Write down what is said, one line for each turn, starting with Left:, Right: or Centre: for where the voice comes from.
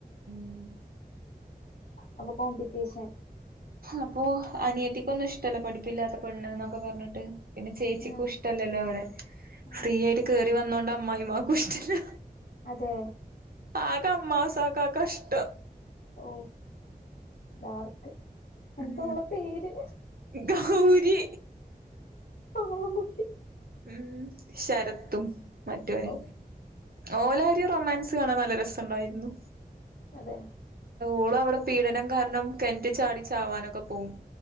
Right: ഉം
Left: അപ്പൊ കോംമ്പറ്റീഷൻ
Right: അപ്പോ അനിയത്തിക്കൊന്നും ഇഷ്ടല്ല പഠപ്പില്ലാത്ത പെണ്ണ് ഇന്നൊക്കെ പറ്ഞ്ഞിട്ട്. പിന്നെ ചേച്ചിക്കും
Left: ആഹ്
Right: ഇഷ് ഇഷ്ടല്ലല്ലോ ഇവളെ.
Left: ആഹ്
Right: ഫ്രീ ആയിട്ട് കേറി വന്നോണ്ട് അമ്മായിമാക്കും ഇഷ്ടല്ല
Left: അതെ
Right: ആകെ അമ്മാസാക്കാക്കഷ്ട
Left: ഓ ഡാർക്ക് എന്താ
Right: ഉം
Left: ഓളെ പേര്
Right: ഗൗരി
Left: പാവം കുട്ടി
Right: ഉം ശരത്തും മറ്റവന്
Left: ഓഹ്
Right: ഓലാര് റൊമാൻസ് ഇത് കാണാൻ നല്ല രസ ഇണ്ടായിര്ന്നു
Left: അതെ
Right: ഓള് അവിടെ പീഡനം കാര്ണം കെൻറ്റി ചാടി ചാവാനൊക്കെ പോവും.